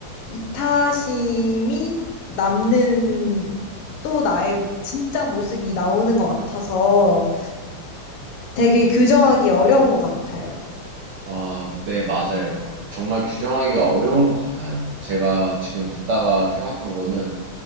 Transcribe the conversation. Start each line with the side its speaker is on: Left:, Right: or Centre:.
Left: 이타심이 남는 또 나의 진짜 모습이 나오는 것 같아서 되게 규정하기 어려운 것 같아요.
Right: 아, 네, 맞아요. 정말 규정하기가 어려운 것 같아요. 제가 지금 듣다가 생각한 거는,